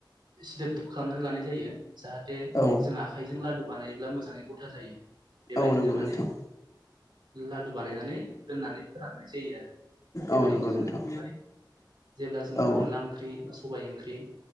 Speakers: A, on the right (about 75°); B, on the left (about 45°).
A: सिदोब खालामनानै लानाय जायो। जाहाथे
B: औ
A: जों आखाइजों ला दु बानायोब्ला मोजाङै गथा जायो। बेबाय
B: औ
A: दिनो
B: नंगौ
A: माने
B: नोंथां
A: लादु बानायनानै दोननानै फोराननाय जायो। बेबायदिनो
B: औ नंगौ
A: जोङो
B: नोंथां
A: बेखौहाय जेब्ला जोङो
B: औ
A: अनला ओंख्रि सबाय ओंख्रि